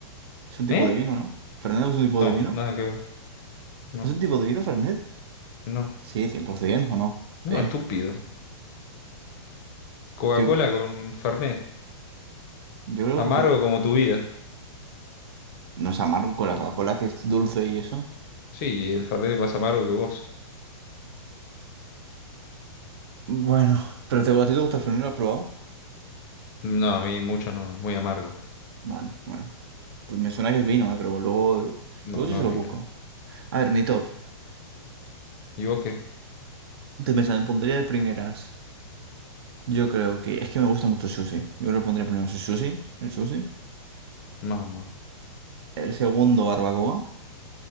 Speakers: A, on the right (about 60°); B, on the left (about 40°).
A: Es un tipo
B: ¿Eh?
A: de vino, ¿no? ¿Fernet no es un tipo
B: No,
A: de vino?
B: nada que ver. No,
A: ¿Es un tipo de vino, Fernet?
B: no.
A: Sí, 100%, ¿o no?
B: No,
A: Sí.
B: estúpido. Coca-Cola
A: Yo,
B: con Fernet.
A: yo creo
B: Amargo
A: que
B: como tu vida.
A: no es amargo con la Coca-Cola, que es dulce y eso.
B: Sí, el Fernet es más amargo que vos.
A: Bueno, pero te, ¿a ti te gusta el Fernet? ¿Lo has probado?
B: No, a mí mucho no, muy amargo.
A: Vale, bueno. Pues me suena que es vino, eh, pero luego, luego
B: No,
A: sí
B: no
A: se
B: es
A: lo
B: vino.
A: busco. A ver, mi top.
B: ¿Y vos qué?
A: Te pensando, pondría de primeras. Yo creo que es que me gusta mucho el sushi. Yo creo que pondría primero su- sushi, el sushi.
B: Mamá,
A: El segundo, barbacoa.